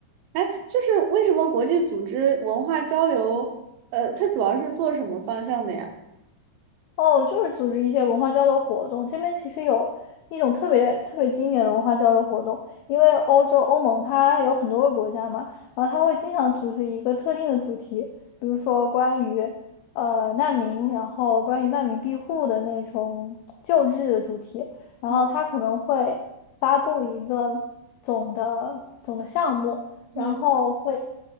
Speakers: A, on the right (about 85°); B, on the left (about 85°).
A: 哎，就是为什么国际组织文化交流，呃，它主要是做什么方向的呀？
B: 哦，就是组织一些文化交流活动。这边其实有一种特别特别经典的文化交流活动，因为欧洲欧盟它有很多个国家嘛，然后它会经常组织一个特定的主题，比如说关于呃难民，然后关于难民庇护的那种救治的主题，然后他可能会发布一个总的总的项目，
A: 嗯嗯
B: 然后会